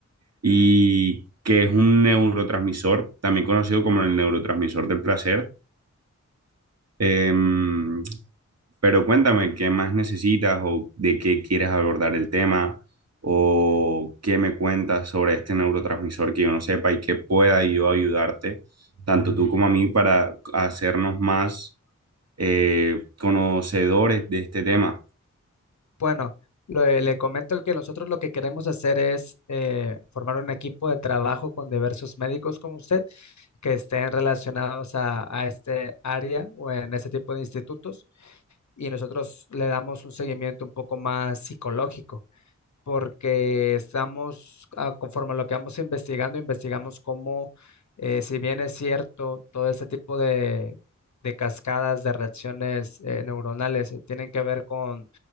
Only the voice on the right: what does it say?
y que es un neurotransmisor, también conocido como el neurotransmisor del placer. Em, pero cuéntame, ¿qué más necesitas o de qué quieres abordar el tema o qué me cuentas sobre este neurotransmisor que yo no sepa y que pueda yo ayudarte, tanto tú como a mí, para hacernos más eh, conocedores de este tema?